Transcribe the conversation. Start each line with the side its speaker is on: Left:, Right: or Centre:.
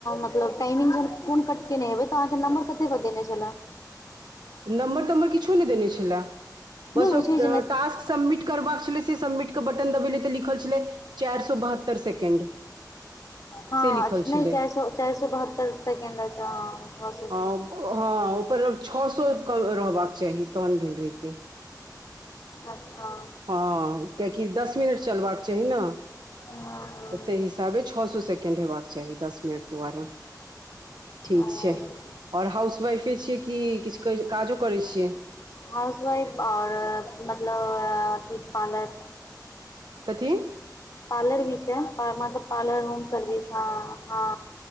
Left: मतलब टाइमिंग जहन फोन कट केने हेबै तऽ अहाँके नम्बर कते बतेने छलै
Right: नमबर तमर किछो नहि छलाह
Left: नहि
Right: बस
Left: होइ छै जेना
Right: टास्क सबमिट करबाक छलै से सबमिट क बटन दबेलियै तऽ लिखल छलै चारि सौ बहत्तर सेकेंड
Left: हँ
Right: से लिखल
Left: नहि
Right: छलै
Left: चार सौ चार सौ बहत्तर सेकेंड अछि है भ सकय
Right: हँ
Left: ये
Right: हँ ओहिपर छओ सए रहबाक चाही तहन भेल रेहते
Left: अच्छा
Right: हँ कियाकि दस मिनट चलबाक चाही ने
Left: हँ
Right: तऽ ताहि ताबे छौ सौ सेकेण्ड हेबाक चाही दस मिनट द्वारा ठीक
Left: ओ
Right: छै आओर हाउसवाइफे छियै कि किछु काजो करै छियै
Left: हाउस वाइफ आओर मतलब अथि पार्लर
Right: कथी
Left: पार्लर भी छै मतलब पार्लर होम सर्विस हँ हँ